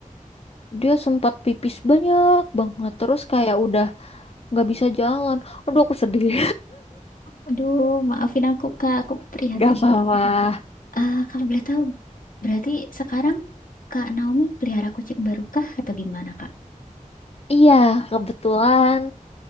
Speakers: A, on the left (about 45°); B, on the left (about 80°).
A: dia sempat pipis banyak banget terus kayak udah nggak bisa jalan. Aduh aku sedih.
B: aduh maafin aku kak aku
A: <laughs>
B: prihatin
A: Gak apa-apa.
B: banget ah kalau boleh tahu berarti sekarang kak Naomi pelihara kucing baru kah atau gimana kak
A: Iya, kebetulan